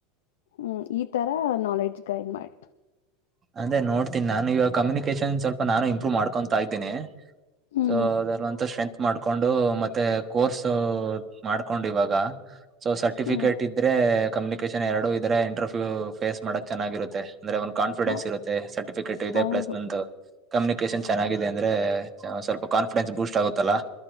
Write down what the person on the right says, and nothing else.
ಅದೇ ನೋಡ್ತೀನ್ ನಾನು ಇವಾಗ್ ಕಮ್ಯುನಿಕೇಶನ್ ಸ್ವಲ್ಪ ನಾನು ಇಂಪ್ರೂ ಮಾಡ್ಕೊಂತಾ ಇದ್ದೀನಿ
ಸೋ ಅದೆಲ್ಲ ಅಂತ ಸ್ಟ್ರೆಂತ್ ಮಾಡ್ಕೊಂಡೂ ಮತ್ತೆ ಕೋರ್ಸು ಮಾಡ್ಕೊಂಡ್ ಇವಾಗ ಸೊ ಸರ್ಟಿಫಿಕೇಟ್
ಇದ್ರೇ ಕಮ್ಯುನಿಕೇಶನ್ ಎರಡು ಇದ್ರೆ ಇಂಟರ್ಫ್ಯೂ ಫೇಸ್ ಮಾಡಕ್ ಚೆನ್ನಾಗಿರುತ್ತೆ ಅಂದ್ರೆ ವನ್ ಫಿಡೆನ್ಸ್
ಇರುತ್ತೆ ಸರ್ಟಿಫಿಕೇಟು ಇದೆ
ಪ್ಲಸ್ ನಂದು ಕಮ್ಯುನಿಕೇಶನ್ ಚೆನ್ನಾಗಿದೆ ಅಂದ್ರೇ ಸ ಸ್ವಲ್ಪ ಕಾನ್ಫಿಡೆನ್ಸ್ ಬೂಸ್ಟ್ ಆಗುತ್ತಲ್ಲಾ?